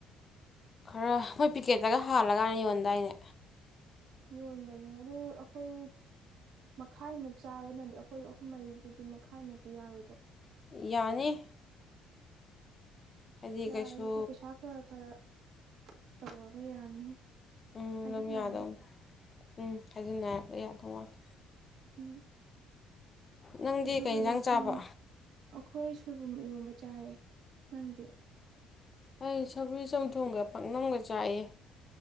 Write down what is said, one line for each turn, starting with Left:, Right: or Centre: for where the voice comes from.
Left: ꯈꯔ ꯃꯣꯏ ꯄꯤꯀꯦꯠꯇꯒ ꯍꯥꯜꯂꯀꯥꯟꯅꯤ ꯌꯣꯟꯗꯥꯏꯅꯦ
Right: ꯌꯣꯟꯕꯅꯦ ꯑꯗꯨ ꯑꯩꯈꯣꯏ ꯃꯈꯥꯏꯃꯨꯛ ꯆꯥꯕꯅꯗꯤ ꯑꯩꯈꯣꯏ ꯑꯍꯨꯝ ꯃꯔꯤꯗꯗꯤ ꯃꯈꯥꯏꯃꯨꯛꯇꯨ ꯌꯥꯔꯣꯏꯗ꯭ꯔꯣ
Left: ꯌꯥꯅꯤ ꯍꯥꯏꯗꯤ
Right: ꯌꯥꯔꯦ
Left: ꯀꯩꯁꯨ
Right: ꯑꯗꯨꯗꯤ ꯄꯩꯁꯥ ꯈꯔ ꯈꯔ ꯇꯧꯔꯒ ꯌꯥꯅꯤꯍꯦ
Left: ꯎꯝ
Right: ꯈꯥꯏꯒꯠꯅꯔꯒ
Left: ꯑꯗꯨꯝ ꯌꯥꯗꯧ ꯎꯝ ꯍꯥꯏꯖꯤꯟꯅꯔꯛꯂꯦ ꯌꯥꯗꯧ ꯃꯥꯜꯂꯦ
Right: ꯎꯝ
Left: ꯅꯪꯗꯤ
Right: ꯑꯗꯨꯕꯨꯅꯦ
Left: ꯀꯩ ꯏꯟꯁꯥꯡ ꯆꯥꯕ
Right: ꯈꯪ ꯑꯩꯈꯣꯏ ꯁꯣꯏꯕꯨꯝ ꯏꯔꯣꯝꯕ ꯆꯥꯏꯌꯦ ꯅꯪꯗꯤ
Left: ꯑꯩ ꯁꯕꯨꯔꯤ ꯆꯝꯊꯣꯡꯒ ꯄꯥꯛꯅꯝꯒ ꯆꯥꯏꯌꯦ